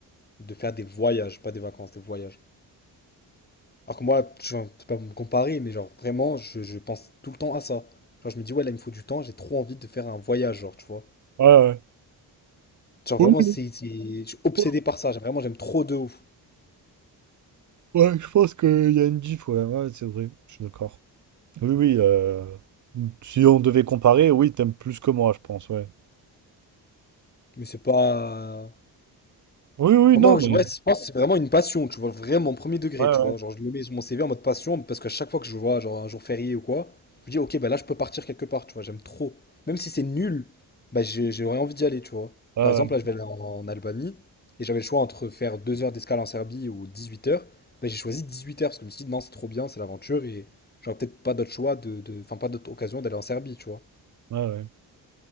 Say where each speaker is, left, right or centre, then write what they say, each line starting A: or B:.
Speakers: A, on the left; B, on the right.
A: de faire des voyages, pas des vacances, des voyages. Alors que moi, je c'est pas pour me comparer, mais genre vraiment, je, je pense tout le temps à ça. Genre je me dis, ouais, là, il me faut du temps, j'ai trop envie de faire un voyage, genre, tu vois.
B: Ouais, ouais.
A: Genre
B: Oui,
A: vraiment,
B: oui,
A: c'est, c'est- je suis obsédé
B: je pense
A: par ça, j'aime vraiment, j'aime trop de ouf.
B: ouais, je pense qu'il y a une diff, ouais, ouais, c'est vrai, je suis d'accord. Oui, oui, euh, si on devait comparer, oui, t'aimes plus que moi, je pense, ouais.
A: Mais c'est pas...
B: Oui, oui,
A: Enfin,
B: non,
A: moi,
B: mais...
A: je- ouais, je pense que c'est vraiment une passion, tu vois, vraiment premier degré,
B: Ouais,
A: tu
B: ouais,
A: vois. Genre, je le mets sur mon CV en mode passion parce qu'à chaque fois que je vois, genre, un jour férié ou quoi, je me dis, ok, bah là, je peux partir quelque part, tu vois, j'aime trop. Même si c'est nul, bah, j'ai- j'aurais envie d'y aller, tu vois.
B: ouais,
A: Par
B: ouais,
A: exemple, là, je vais aller en, en Albanie et j'avais le choix entre faire deux heures d'escale en Serbie ou 18 heures. Bah, j'ai choisi 18 heures parce que je me suis dit, non, c'est trop bien, c'est l'aventure et j'aurais peut-être pas d'autre choix de, de- enfin, pas d'autre occasion d'aller en Serbie, tu vois.
B: ouais, ouais.